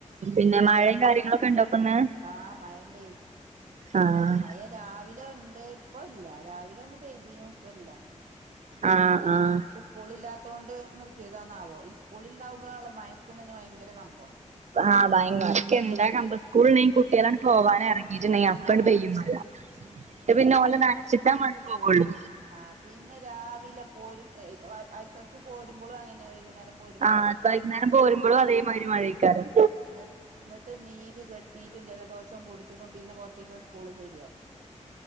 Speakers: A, on the right; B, on the right.
A: പിന്നെ മഴെ കാര്യങ്ങളൊക്കെ ണ്ടോ പ്പന്ന്
B: ആ മയണ്ടേയ്
A: ആഹ്
B: മയ രാവിലെണ്ട് പ്പല്ല രാവിലൊന്ന് പെയ്തീനു പ്പല്ല
A: ആഹ്
B: <unintelligible>
A: ആഹ്
B: സ്കൂ കൂളില്ലാത്തോണ്ട് നിർത്യേതാന്നാവോ ഈ സ്കൂള് ഇണ്ടാവുമ്പളാണല്ലോ മയക്കു തന്നെ ഭയങ്കര കമ്പം
A: ആ ഭയങ്കെന്താ കമ്പ സ്കൂള ണ്ടെ കുട്ട്യാള പോകാനറ <unintelligible> അപ്പൺ
B: ആഹ്
A: പെയ്യും മഴ ട്ട് പിന്നെ ഓല നനച്ട്ടാ മഴ പോവൊള്ളു
B: ആ പിന്നെ രാവിലെ പോരും വയ് അയ്സർക്ക് പോരുമ്പളു അങ്ങനെതന്നെ വൈകുന്നേര പോരുമ്പോ
A: ആഹ് വൈകുന്നേരം പോരുമ്പോഴും അതേമാതിരി മഴയ്ക്കാരം
B: ന്ന ന്നട്ട് നീര് കെട്ടീറ്റു ജല- ദോഷം പൊടിച്ചിടുംപിന്നെ കൊർച്ചീസം സ്കൂള് സെരിയായി